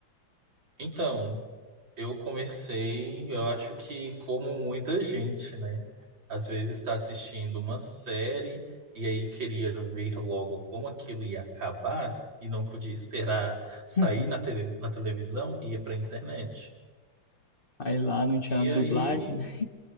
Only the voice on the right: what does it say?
Então, eu comecei, eu acho que como muita gente, né? Às vezes está assistindo uma série e aí queria ver logo como aquilo ia acabar e não podia esperar sair
na, tele, na televisão, ia para a internet.
E
aí,